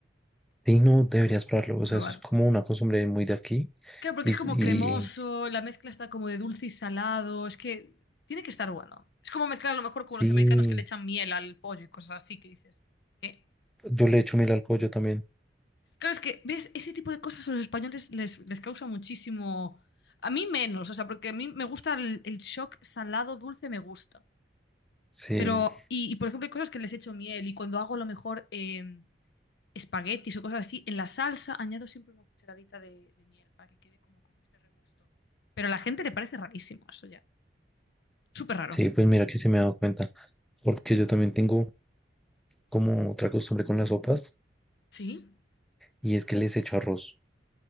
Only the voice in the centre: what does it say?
Y no, deberías probarlo. O sea,
eso es como una costumbre muy de aquí.
Y,
y
sí,
yo le echo miel al pollo también.
Sí,
sí, pues mira que se me he dado cuenta. Porque yo también tengo como otra costumbre con las sopas
y es que les echo arroz.